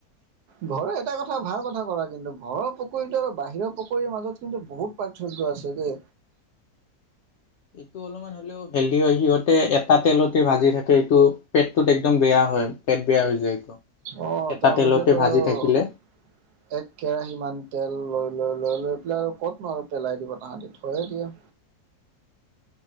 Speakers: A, on the right; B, on the left.
A: ঘৰৰ এটা কথা ভাল কথা কৰা কিন্তু ঘৰৰ পকৰিটো আৰু বাহিৰৰ পকৰিৰ মাজত কিন্তু বহুত পা পার্থক্য আছে দেই।
B: এইটো অলপমান হ'লেও হেলদি হয়, সিহঁতে এটা তেলত তে ভাজি থাকে, এইটো পেটটোত একদম বেয়া হয় পেট বেয়া হৈ যায়। এইটো।
A: অ',
B: এটা
A: তেওঁলোকেতো
B: তেলতে ভাজি
A: আৰু
B: থাকিলে।
A: এক কেৰাহী মান তেল লৈ - লৈ - লৈ - লৈ আৰু ক'তনো আৰু পেলাই দিব তাহাঁতি থৈয়ে দিয়ে।